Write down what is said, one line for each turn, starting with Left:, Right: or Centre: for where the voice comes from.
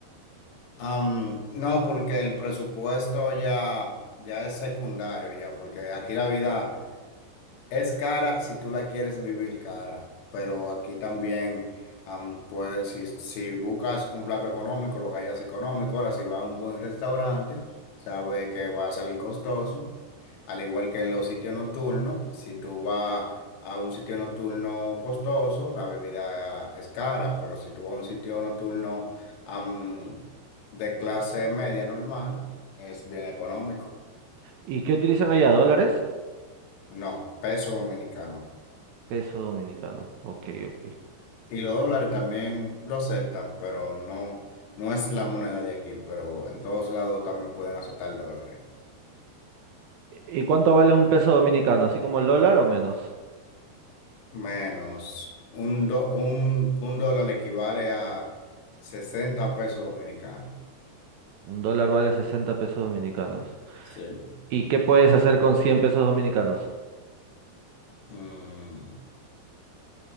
Left: Am, no, porque el presupuesto ya, ya es secundario, ya, porque aquí la vida, es cara si tú la quieres vivir cara, pero aquí también, am, pues, si, si buscas un plato económico, los hallas económico. Ahora, si vas a un buen restaurante, sabes que va a salir costoso. Al igual que en los sitios nocturnos, si tú vas a un sitio nocturno costoso, la bebida es cara, pero si tú vas a un sitio nocturno, am, de clase media normal, es bien económico.
Right: ¿Y qué utilizan allá? ¿Dólares?
Left: No, peso dominicano.
Right: Peso dominicano. Ok, ok.
Left: Y los dólares también lo aceptan, pero no, no es la moneda de aquí, pero en todos lados también pueden aceptar dólares.
Right: ¿Y cuánto vale un peso dominicano? ¿Así como el dólar o menos?
Left: Menos un, do- un, un dólar equivale a 60 pesos dominicanos.
Right: Un dólar vale 60 pesos dominicanos.
Left: Sí.
Right: ¿Y qué puedes hacer con 100 pesos dominicanos?
Left: Mm,